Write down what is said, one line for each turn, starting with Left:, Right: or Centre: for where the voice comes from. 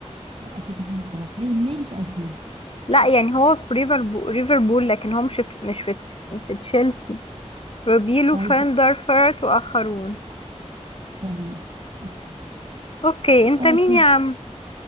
Right: لا أكيد محمد صلاح ليه ليه مش أكيد
Left: لا يعني هو في ليفربول ليفربول لكن هو مش في مش في في تشيلسي روبيلو
Right: رايبو
Left: فان دارفورت واخرون
Right: تمام أوكي
Left: اوكي انت
Right: آه
Left: مين
Right: كان
Left: يا عم